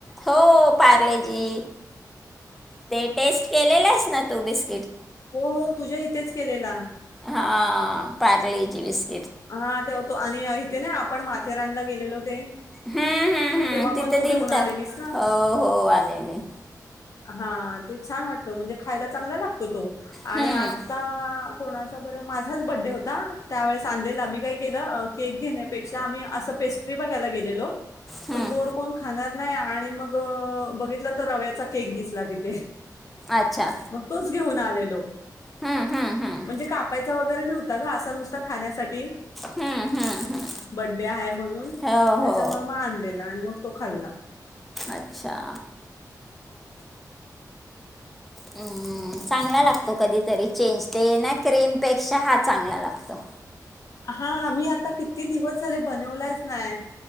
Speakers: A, in the centre; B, on the left.
A: हो पारलेजी ते टेस्ट केलेलंस ना तू बिस्
B: हो हो तुझ्या इथेच केलेला.
A: हा पारलेजी बिस्क
B: हा ते होतो आणि इथे ना आपण माथेरानला गेलेलो ते
A: हम्म हम्म हम्म
B: तेव्हा
A: तिथं
B: पण तू घेऊन
A: दिलत
B: आलेलीस ना
A: हो हो आलेले.
B: हा ते छान वाटतं म्हणजे खायला चांगला लागतो तो आणि
A: हम्म
B: आता कोणाचा बर माझाच बड्डे होत ता त्यावेळेस आणलेला मी काय केलं अ केक घेण्यापेक्षा आम्ही असं पेस्ट्री बघायला गेलेलो.
A: हम्म
B: पण गोड कोण खाणार नाय आणि मग बघितलं तर रव्याचा केक दिसला तिथे
A: अच्छा
B: मग तोच घेऊन आलो
A: हम्म हम्म हम्म
B: म्हणजे कापायचा वगैरे नव्हता ग आसा नुसता खाण्यासाठी
A: हम्म हम्म हम्म
B: बड्डे हाय म्हणून
A: हो
B: त्याच्यामुळे
A: हो
B: मग आणलेला आणि मग तो खल्ला.
A: अच्छा हम्म् चांगला लागतो कधीतरी चेंज ते ना क्रीमपेक्षा हा चांगला लागतो.
B: हा आम्ही आता किती दिवस झाले बनवलाच नाय